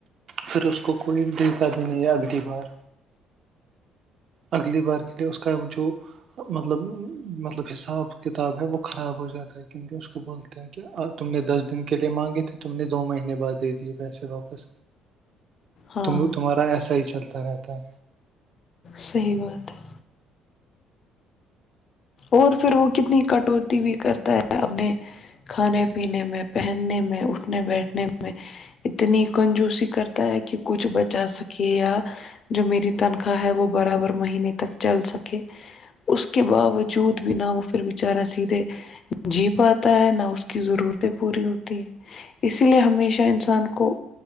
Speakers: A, on the right (about 55°); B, on the left (about 50°).
A: پھر اس کو کوئی دتا بھی نہیں ہے اگلی بار اگلی بار کے لیے اس کا جو مطلب مطلب حساب کتاب ہے وہ خراب ہو جاتا ہے کیونکہ اس کو بول ھینکہ تم نے دس دن کے لیے مانگے تے تم نے دو مہینے بعد دے دیے پیسے واپس
B: ہاں
A: ت تمہارا ایسا ہی چلتا رہتا ہے
B: صحیح بات ہے اور پھر وہ کتنی کٹوتی بھی کرتا ہے اپنے کھانے پینے میں پہننے میں اٹھنے بیٹھنے میں اتنی کنجوسی کرتا ہے کہ کچھ بچا سکے یا جو میری تنخواہ ہے وہ برابر مہینے تک چل سکے اس کے باو جووت بنا وہ پھر بچارا سیدھے جی پ آتا ہے نہ اس کی ضرورتیں پوری ہوتی ہے اسی لیے ہمیشہ انسان کو